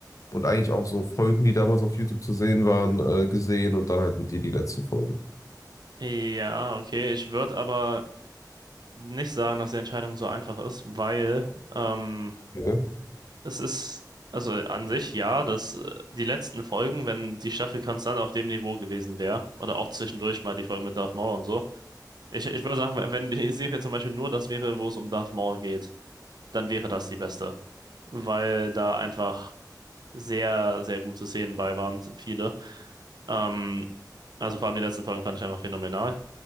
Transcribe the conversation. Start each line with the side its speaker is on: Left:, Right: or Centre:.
Left: und eigentlich auch so Folgen, die damals auf YouTube zu sehen waren, äh, gesehen und dann halt mit dir die letzten Folgen.
Right: Ja, okay. Ich würde aber nicht sagen, dass die Entscheidung so einfach ist, weil ähm,
Left: Ja.
Right: es ist, also an sich ja, dass äh, die letzten Folgen, wenn die Staffel konstant auf dem Niveau gewesen wäre, oder auch zwischendurch mal die Folgen mit Darth Maul und so, Ich, ich würde sagen, wenn wenn die Serie zum Beispiel nur das wäre, wo es um Darth Maul geht, dann wäre das die beste, weil da einfach sehr, sehr gute Szenen bei waren, viele. Ähm, also vor allem die letzten Folgen fand ich einfach phänomenal.